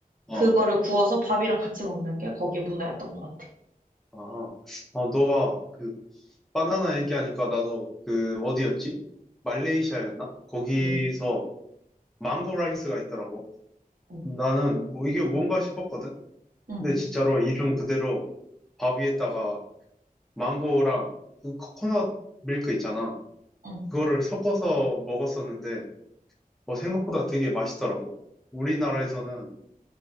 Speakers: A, on the right (about 65°); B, in the centre.
A: 그거를
B: 어,
A: 구워서 밥이랑 같이 먹는 게 거기에 문화였던 것 같아.
B: 아, 어, 너가 그 바나나 얘기하니까 나도 그 어디였지? 말레이시아였나? 거기서
A: 응,
B: 망고 라이스가 있더라고.
A: 응,
B: 나는 뭐 이게 뭔가 싶었거든.
A: 응,
B: 근데 진짜로 이름 그대로 밥 위에다가 망고랑 그 코코넛 밀크 있잖아.
A: 응,
B: 그거를 섞어서 먹었었는데, 어, 생각보다 되게 맛있더라고. 우리나라에서는,